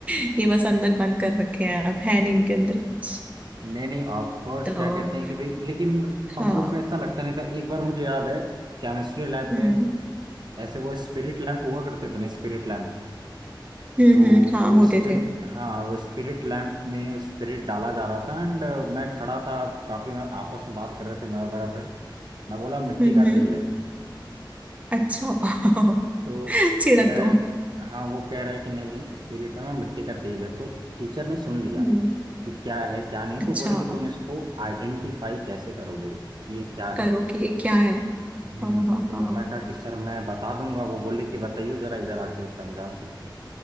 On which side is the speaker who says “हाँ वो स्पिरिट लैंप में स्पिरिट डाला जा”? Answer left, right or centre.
Right